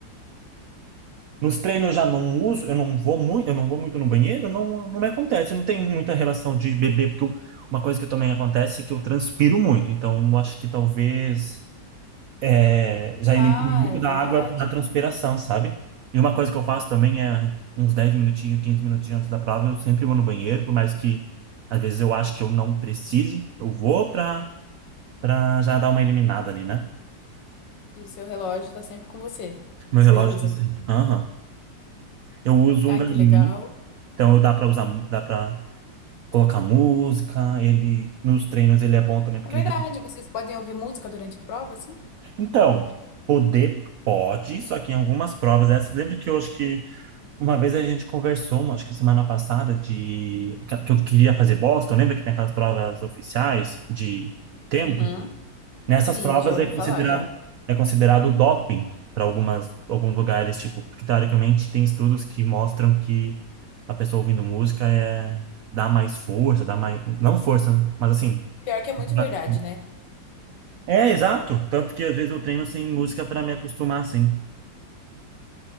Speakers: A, on the right; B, on the left.
A: nos treinos eu já não uso, eu não vou muito, eu não vou muito no banheiro, não, não me acontece, não tem muita relação de beber, porque eu- uma coisa que também acontece é que eu transpiro muito, então eu acho que talvez é, já
B: Ah,
A: elimine muito
B: é
A: da
B: verdade.
A: água na transpiração, sabe? E uma coisa que eu faço também é uns 10 minutinhos, 15 minutinhos antes da prova, eu sempre vou no banheiro, por mais que às vezes eu acho que eu não precise, eu vou para Pra já dar uma eliminada ali, né?
B: E o seu relógio tá sempre com você.
A: Meu
B: Você
A: relógio
B: usa.
A: tá Uhum. sempre. Aham. Eu uso
B: Ai,
A: um Garmin,
B: que legal.
A: então eu dá pra usar, dá pra colocar música, ele nos treinos ele é bom também porque
B: É verdade.
A: ele já...
B: Vocês podem ouvir música durante a prova, assim?
A: Então, poder pode, só que em algumas provas essas, lembra que eu acho que uma vez a gente conversou, uma- acho que semana passada de que eu queria fazer Boston, lembra que tem aquelas provas oficiais de tempo?
B: Uhum.
A: Nessas
B: Sim,
A: provas
B: já ouvi
A: é considerado
B: falar já.
A: é considerado doping para algumas alguns lugares, tipo, porque teoricamente tem estudos que mostram que a pessoa ouvindo música é dá mais força, dá mais não força, né? mas assim,
B: Pior que é muito
A: dá-
B: verdade, né?
A: é exato, tanto que às vezes eu treino sem música para me acostumar assim.